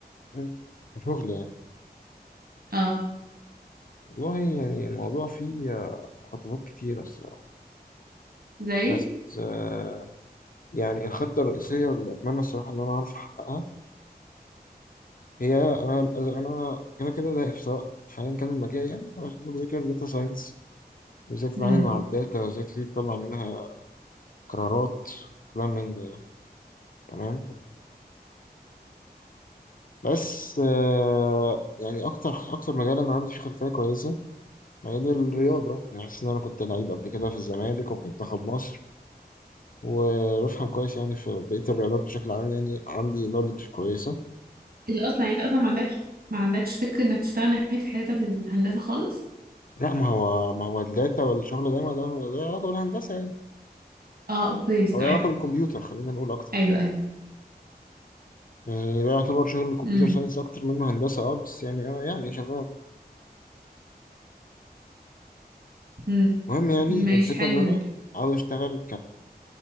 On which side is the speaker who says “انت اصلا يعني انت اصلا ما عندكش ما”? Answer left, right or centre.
Right